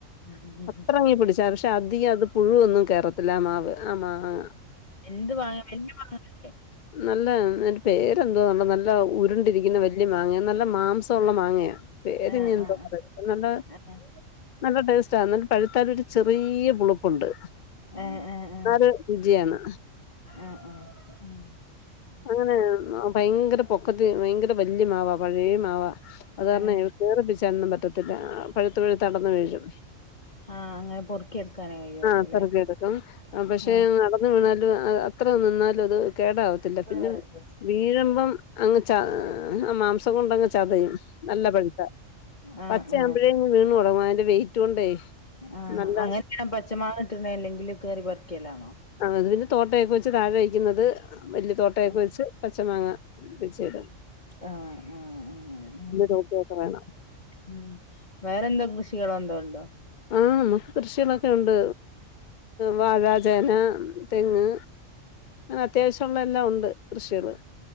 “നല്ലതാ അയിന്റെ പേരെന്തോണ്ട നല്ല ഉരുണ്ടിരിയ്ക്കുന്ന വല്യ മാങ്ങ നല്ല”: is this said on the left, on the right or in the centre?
Left